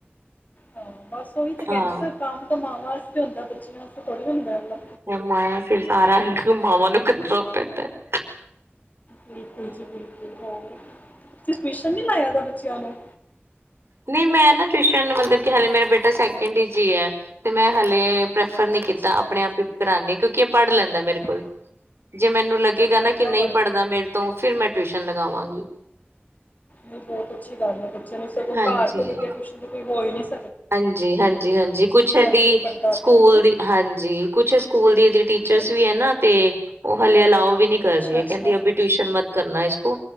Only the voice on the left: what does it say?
ਹਾਂ ਬਸ ਓਹੀ ਤੇ
ਕਹਿੰਦੇ ਪ ਕੰਮ ਤਾਂ ਮਾਵਾਂ ਵਾਸਤੇ ਹੁੰਦਾ ਬੱਚੇਆਂ ਵਾਸਤੇ ਥੋੜਾ ਹੁੰਦਾ, ਐ ਵਲਾ।
ਬਿਲਕੁਲ ਜੀ ਬਿਲਕੁਲ ਹੋਰ। ਤੁਸੀ ਟਯੂਸ਼ਨ ਨੀ ਲਾਇਆ ਦਾ ਬੱਚਿਆਂ ਨੂੰ।
ਅੱਛਾ
ਅੱਛਾ
ਹਾਂ,
ਚਲੋ
ਵਧੀਆ
ਗੱਲ
ਹੈ
ਨਹੀ ਬੋਤ ਅੱਛੀ ਗੱਲ ਐ ਬੱਚੇਆਂ ਨੂੰ ਸਗੋਂ
ਘਰ ਤੋਂ ਵਧੀਆ ਟਿਊਸ਼ਨ ਤੋਂ ਕੋਈ ਹੋ ਈ ਨੀ ਸ
ਕੀ ਪੜ੍ਹਦਾ
ਪਿਆ ਹੈ ਨਾ
ਹਾਂਜੀ,
ਅੱਛਾ
ਅੱਛਾ